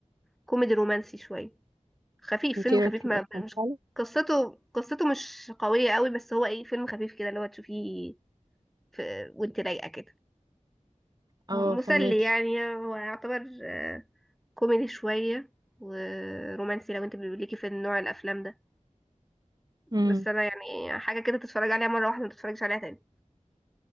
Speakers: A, in the centre; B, on the right.
A: كوميدي رومانسي شوية خفيف
B: انت
A: فيلم
B: ايه رايك
A: خفيف
B: فيه
A: ما
B: اصلا
A: مش
B: فعلا؟
A: قصته قصته مش قوية قوي بس هو ايه فيلم خفيف كده اللي هو تشوفيه في وانت رايقة كده
B: اه
A: مسلي
B: فهماكي
A: يعني هو يعتبر آه، كوميدي شوية ورومانسي لو انت ليكي في النوع الافلام ده
B: امم
A: بس انا يعني حاجة كده تتفرج عليها مرة واحدة ما تتفرجش عليها تاني